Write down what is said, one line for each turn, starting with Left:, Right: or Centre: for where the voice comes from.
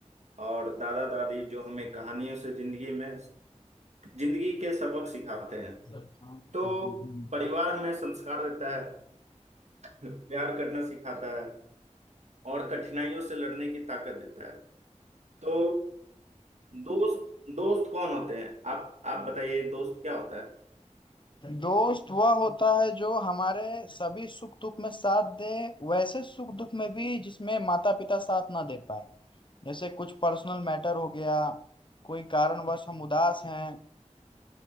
Right: और दादा दादी जो हमें कहानियों से जिंदगी में जिंदगी के सबक सिखाते हैं
Left: हम्म
Right: तो परिवार हमें संस्कार देता है प्यार करना सिखाता है और कठिनाइयों से लड़ने की ताकत देता है तो दोस्त दोस्त कौन होते हैं आप आप बताइए दोस्त क्या होता है
Left: दोस्त वह होता है जो हमारे सभी सुख दुख में साथ दे वैसे सुख दुख में भी जिसमें माता पिता साथ ना दे पाए जैसे कुछ पर्सनल मैटर हो गया कोई कारणवश हम उदास हैं